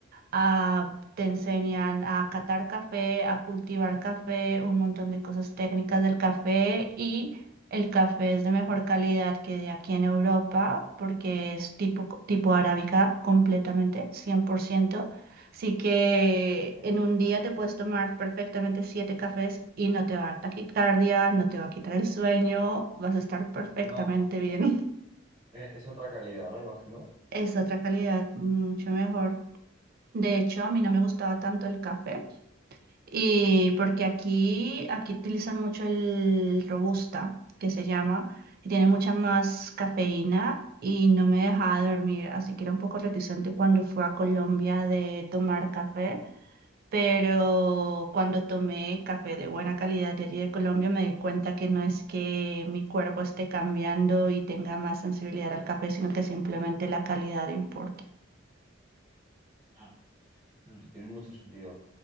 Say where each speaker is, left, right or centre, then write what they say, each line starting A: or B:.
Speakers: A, on the right; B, on the right.
A: Ah, te enseñan a catar café, a cultivar café, un montón de cosas técnicas del café y el café es de mejor
B: Sí,
A: calidad que de aquí en Europa porque es tipo, tipo arábica completamente, cien por ciento, Así que
B: sí.
A: en un día te puedes tomar perfectamente siete cafés y no te va a dar taquicardia, no te va a quitar el sueño, vas a estar perfectamente
B: No,
A: bien.
B: e- es otra calidad, ¿no? Imagino.
A: <laughs> Es otra calidad mucho mejor. De hecho, a mí no me gustaba tanto el café Y porque aquí, aquí utilizan mucho el robusta, que se llama, y tiene mucha más cafeína y no me dejaba dormir, así que era un poco reticente cuando fui a Colombia de tomar café, pero cuando tomé café de buena calidad de allí de Colombia me di cuenta que no es que mi cuerpo esté cambiando y tenga más sensibilidad al café, sino que simplemente la calidad importa.
B: Claro, claro. Tiene mucho sentido.